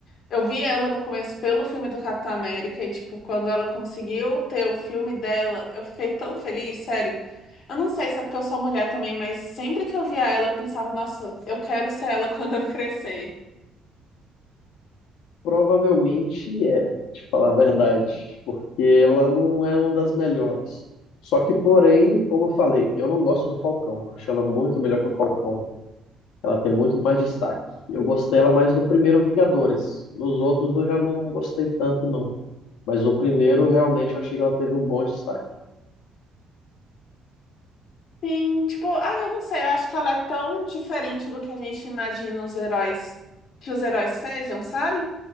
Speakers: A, on the left (about 60°); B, on the left (about 85°).
A: Eu vi ela no começo pelo filme do Capitão América e, tipo, quando ela conseguiu ter o filme dela, eu fiquei tão feliz, sério. Eu não sei se é porque eu sou mulher também, mas sempre que eu via ela, eu pensava, nossa, eu quero ser ela <laughs> quando eu crescer.
B: Provavelmente é, te falar a verdade, porque ela não é uma das melhores. Só que, porém, como eu falei, eu não gosto do Falcão. Acho ela muito melhor que o Falcão. Ela tem muito mais destaque. Eu gostei ela mais no primeiro Vingadores. Nos outros eu já não gostei tanto, não. Mas no primeiro, realmente, eu achei que ela teve um bom destaque.
A: Sim, tipo, ah, eu não sei, eu acho que ela é tão diferente do que a gente imagina os heróis, que os heróis sejam, sabe?